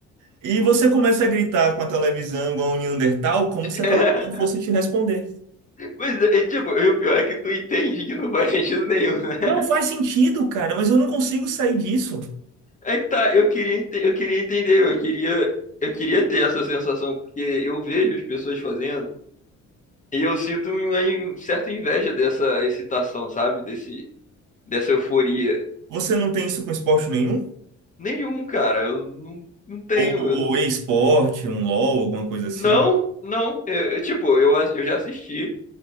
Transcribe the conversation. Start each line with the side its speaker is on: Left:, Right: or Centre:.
Right: e você começa a gritar com a televisão igual um Neandertal, como
Left: <laughs>
Right: se a televisão fosse te responder.
Left: É, Pois é, e, tipo, e o pior é que tu entende que não faz sentido nenhum, né? <laughs>
Right: Não faz sentido, cara, mas eu não consigo sair disso.
Left: É que tá, eu queria, ente- eu queria entender, eu queria, eu queria ter essa sensação, porque eu vejo as pessoas fazendo e eu sinto uma in- certa inveja dessa excitação, sabe? Desse, dessa euforia.
Right: Você não tem isso com esporte nenhum?
Left: Nenhum, cara, eu não, não tenho,
Right: Ou, ou
Left: eu não.
Right: e-esporte, um LOL, alguma coisa assim?
Left: Não, não. Eu, eu, tipo, eu, ass- eu já assisti.